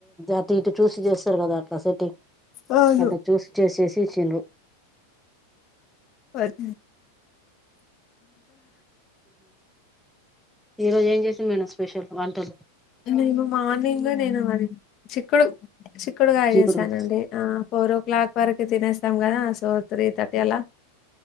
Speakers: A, in the centre; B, on the left (about 35°).
A: అటు ఇటు చూసి చేస్తారు కదా అట్లా సటి
B: అవును
A: అలా చూసి చేసేసి చి
B: వద్
A: ఈరోజు ఏం చేసింమేన స్పెషల్ వంటలు
B: నేను మార్నింగ్ నేను మరి చిక్కడు చిక్కుడు కాయ
A: చీకుడుగా
B: చేసానండి ఆ ఫోర్ ఓ క్లాక్ వరకు తినేస్తాం కదా సో త్రీ థర్టీ అలా